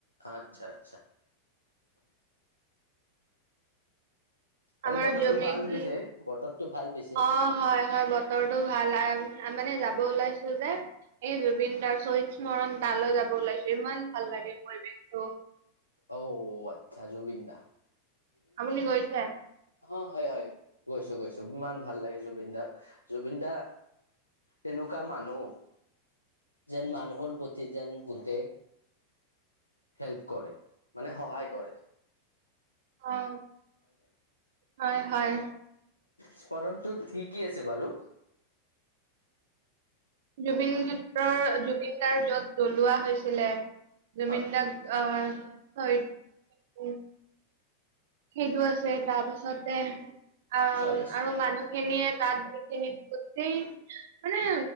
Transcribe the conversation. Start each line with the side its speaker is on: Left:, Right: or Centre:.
Left: আচ্ছা আচ্ছা। আজি
Right: আমাৰ
Left: বতৰটো
Right: জমিত,
Left: ভাল পিছে বতৰটো ভাল পিছে
Right: অ' হয় হয়, বতৰটো ভাল আৰু মানে যাব ওলাইছো যে, এই জুবিনদাৰ শ্বহীদস্মৰণ তালৈ যাব ওলাইছো ইমান ভাল লাগে সেই পৰিৱেশটো
Left: অউ আচ্ছা জুবিনদা
Right: আপুনি গৈছে?
Left: অ' হয় হয়। গৈছো গৈছো, ইমান ভাল লাগে জুবিন দাক। জুবিন দা এনুকা মানুহ। যেন মানুহৰ প্ৰতি যেন গোটেই, হেল্প কৰে। মানে সহায় কৰে।
Right: অ', হয় হয়।
Left: স্মৰণটো ঠিকেই আছে বাৰু!
Right: জুবিনক্ষেত্ৰৰ, জুবিনদাৰ য'ত জ্বলোৱা হৈছিলে জুবিন
Left: হয়
Right: দাক, আহ সেইটো আছে, তাৰপাছতে আ
Left: ছয় ডিচ
Right: আৰু মানুহখিনিয়ে তাত। এনে গোটেই মানে